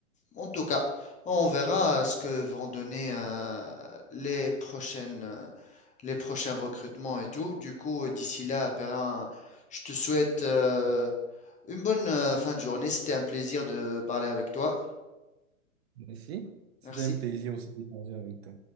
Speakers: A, on the left; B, on the right.
A: En tout cas, on verra euh, ce que vont donner euh, les prochaines, euh, les prochains recrutements et tout. Du coup, euh, d'ici là, Perrin, je te souhaite euh, une bonne euh, fin de journée. C'était un plaisir de parler avec toi.
B: Merci. C'était
A: Merci.
B: un plaisir aussi d'échanger avec toi.